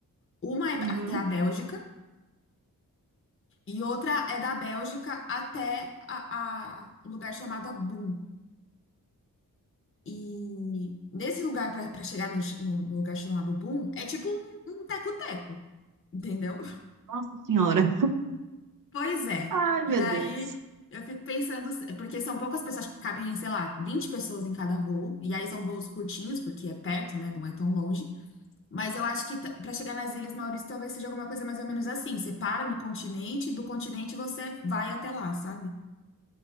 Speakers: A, on the left; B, on the right.
A: Uma é até
B: Uhum.
A: a Bélgica e outra é da Bélgica até a, a- um lugar chamado Boom. E nesse lugar, pra pra chegar no, ch- no lugar chamado Boom, é tipo um, um teco-teco, entendeu? <laughs>
B: Nossa Senhora.
A: Pois é.
B: Ai, meu
A: E aí
B: Deus.
A: eu fico pensando, se- porque são poucas pessoas que cabem, sei lá, 20 pessoas em cada voo, e aí são voos curtinhos, porque é perto, né? Não é tão longe. Mas eu acho que t- pra chegar nas Ilhas Maurício talvez seja alguma coisa mais ou menos assim. Você para no continente, do continente você vai até lá, sabe?